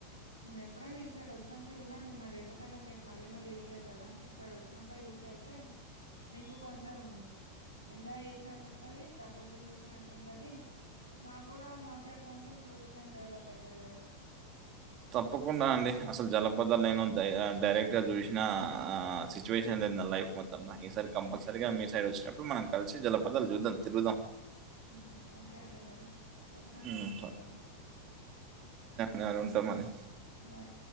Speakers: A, on the right; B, on the right.
A: ఎప్పుడైనా ఇటు సైడ్ వచ్చినప్పుడు చూడండి మరి ఎందుకంటే మీరు మళ్ళీ మళ్ళీ ఇవ్వలేరు కదా ఇటుసైడ్ వచ్చినప్పుడు యూసి వెళ్తే మీకు కొంచెం ఎంజాయ్ చేసినట్టు ఉంటది, ప్రకృతిని చూసినట్టు ఉంటది. మాకు కూడా మా సైడ్ కొంచెం టూరిజం డెవలప్ అయితది కదా
B: తప్పకుండా అండి అసలు జలపదాలు నేను దయ డైరెక్ట్ గా చూసిన ఆ సిచ్యువేషన్ దేన లైఫ్ మత్రం ఈ సారి కంపల్సరీగా మీ సైడ్ వచ్చినప్పుడు మనం కలిసి జలపదాలు చూద్దాం. తిరుగుదాం
A: మ్ ఓకే అండి మరి. వచ్చినాంక
B: ఉమ్,
A: మాట్లాడుకుంద
B: నెల ఉంటాం మరి
A: బాయ్